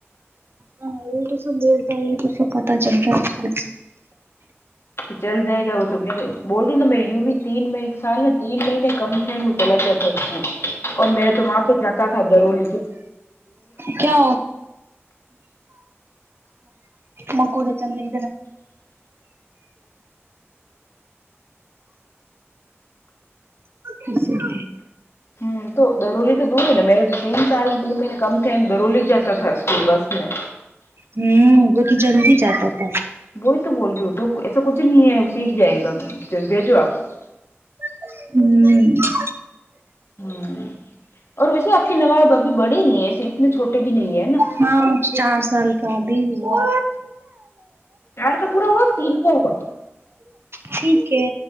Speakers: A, on the right; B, on the left.
A: ہاں وہ توسب بولتا ہی تو اس پتا چلتا ہے اس کو
B: تو چل جائے گا وہ تو میرے بولوں نا میرے یوی تین میں سال میں تین مہینے کم تھے میں چلا گیا تھا اس اور میرے توماں پ کہتا تھا ضور لکھ
A: کیا مکڑ چندن ج
B: ہوں تو درولی تو دور ہے نا میرا تو تین سال تین مہینے کم تھے درولی جاتا تھا اسکول بس میں
A: ہوں وہ کہ جلد ہی جاتا تھا
B: وہی تو بول رہیٹو ایسا کچھ نہیں ہے سیکھ جائے گا بھیجو آپ کو
A: ہوں
B: ہوں اور ویسے آپ کے نواب ابھی بڑے ہی ہیں ایسے اتنے چھوٹے بھی نہیں ہے نا
A: ہاں چار سال کا ابھی ہوا
B: چار کا پورا ہوا کہ تین کا ہوا
A: ٹھیک ہے